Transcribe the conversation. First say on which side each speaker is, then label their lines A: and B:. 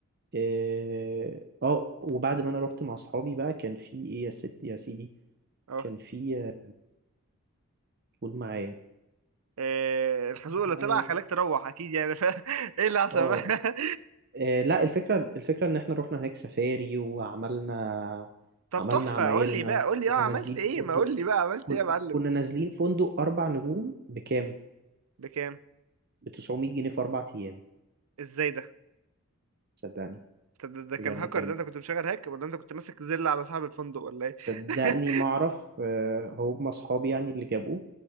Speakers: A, on the right (about 45°); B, on the right (about 80°).
A: اه آه، وبعد ما انا رحت مع اصحابي بقى كان في ايه يا ست يا سيدي
B: اه
A: كان في آه، قول معايا
B: إيه، الحزوق اللي
A: معايا
B: طلع خلاك تروح اكيد يعني ف... <laughs> ايه اللي حصل
A: اه
B: بقى <laughs>
A: آه، لا الفكره الفكره ان احنا رحنا هناك سفاري وعملنا
B: طب
A: عملنا
B: تحفة
A: عمايلنا
B: قول لي بقى
A: وكنا
B: قول لي اه عملت
A: نازلين
B: ايه
A: في فندق
B: ما قول لي بقى عملت
A: كن...
B: ايه يا معلم
A: كنا نازلين فندق اربع نجوم بكام
B: بكام
A: ب 900 جنيه في اربع ايام
B: ازاي ده
A: صدقني
B: طب ده ده
A: بجد
B: كان هاكر
A: كان
B: ده انت كنت مشغل هاك ولا انت كنت ماسك زل على صاحب الفندق ولا ايه
A: صدقني
B: <laughs>
A: ما اعرف آه، هم اصحابي يعني اللي جابوه